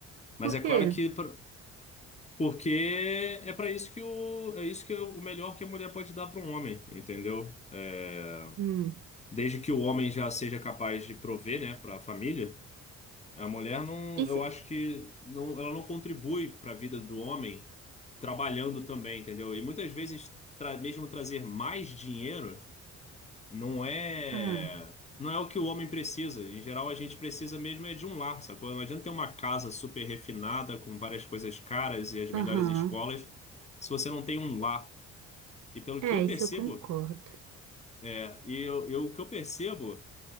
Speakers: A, on the left; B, on the right.
A: Mas
B: Por
A: é
B: quê?
A: claro que pra- Porque é para isso que o é isso que é o melhor que a mulher pode dar para um homem, entendeu? É,
B: Hum.
A: desde que o homem já seja capaz de prover, né, para a família, a mulher não,
B: E
A: eu
B: se...
A: acho que não, ela não contribui para a vida do homem trabalhando também, entendeu? E muitas vezes tra- mesmo trazer mais dinheiro não é
B: Ah,
A: não é o que o homem precisa. Em geral, a gente precisa mesmo é de um lar, sacou? Não adianta ter uma casa super refinada com várias coisas caras e as
B: aham.
A: melhores escolas se você não tem um lar. E pelo
B: É,
A: que eu
B: isso
A: percebo,
B: eu concordo.
A: é, e eu, eu- o que eu percebo,